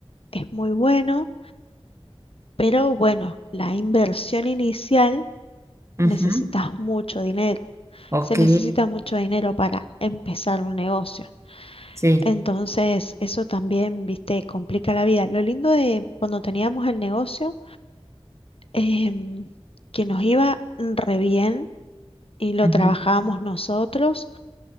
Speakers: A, on the left; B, on the right.
A: es muy bueno, pero bueno, la inversión inicial
B: Ujú.
A: necesitas mucho dinero.
B: Ok,
A: Se necesita mucho dinero para empezar un negocio.
B: sí,
A: Entonces, eso también, viste, complica la vida. Lo lindo de cuando teníamos el negocio, em, que nos iba re bien y lo
B: ujú.
A: trabajábamos nosotros,